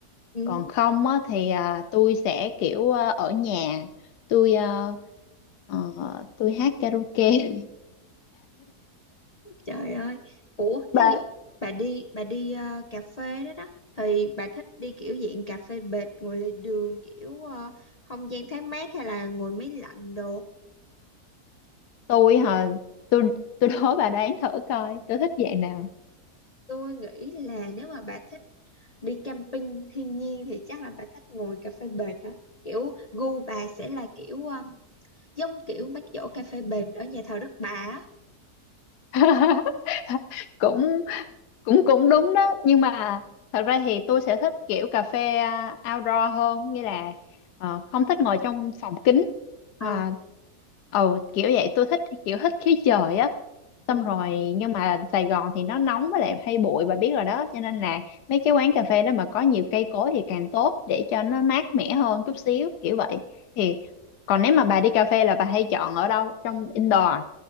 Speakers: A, on the left (about 50°); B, on the left (about 80°).
A: ừ.
B: còn không á, thì à, tôi sẽ kiểu à, ở nhà tôi à, ờ, tôi hát karaoke <laughs>
A: Trời ơi. Ủa,
B: bà
A: thí dụ bà đi bà đi ờ, cà phê đó đó thì bà thích đi kiểu dạng cà phê bệt ngồi lề đường kiểu ờ, không gian thoáng mát hay là ngồi máy lạnh đồ.
B: tôi hả tôi tôi đố bà đoán thử coi tôi thích dạng nào
A: Tôi nghĩ là nếu mà bà thích đi camping thiên nhiên thì chắc là bà thích ngồi cà phê bệt hả? Kiểu gu bà sẽ là kiểu ờ, giống kiểu bác giỗ cà phê bệt ở nhà thờ Đức Bà á.
B: <laughs> cũng cũng cũng đúng đó nhưng mà thật ra thì tôi sẽ thích kiểu cà phê à, outdoor hơn như là ờ, không thích ngồi trong phòng kính
A: ờ
B: à, ừ kiểu vậy tôi thích kiểu thích khí trời á
A: ừ,
B: xong rồi nhưng mà Sài Gòn thì nó nóng với lại hay bụi bà biết rồi đó cho nên là mấy cái quán cà phê đó mà có nhiều cây cối thì càng tốt để cho nó mát mẻ hơn chút xíu kiểu vậy thì còn nếu mà bà đi cà phê là bà hay chọn ở đâu trong indoor